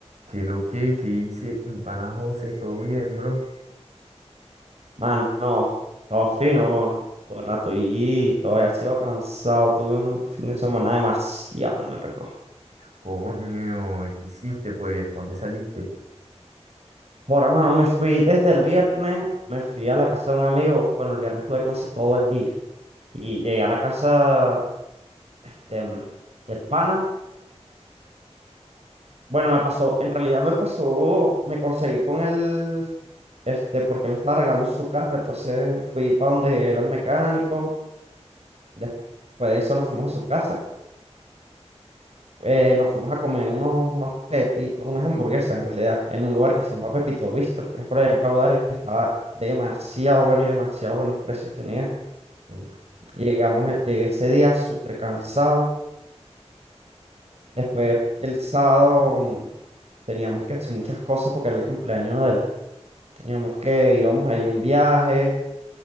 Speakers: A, on the right; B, on the right.
A: ¿Qué lo que, que hice mi pana José? ¿Todo bien, bro?
B: Mano, todo fino, weón. Por rato y todavía sigo cansado. Tuve un fin de semana demasiado largo.
A: Coño, ¿y ¿qué hiciste, pues? ¿Pa' ¿Dónde saliste?
B: Ahora, mano, me fui desde el viernes, me fui a la casa de un amigo. Bueno, el viernes tuve clase todo el día. Y llegué a la casa, este, mm, del pana. Bueno, me pasó, en realidad me pasó, me conseguí con él, este, porque él estaba arreglando su carro. Entonces fui para donde era el mecánico. Después de eso nos fuimos a su casa. eh, nos fuimos a comer unos, unos pepitos, unas hamburguesas en realidad, en un lugar que se llama Pepito Bistro, que es por allá en Caudares, estaba demasiado bueno y demasiado buenos precios tenía.
A: Uf.
B: Llegamos, eh, llegué ese día súper cansado. Después el sábado mm, teníamos que hacer muchas cosas porque era el cumpleaños de él. Teníamos que, íbamos ahí a un viaje.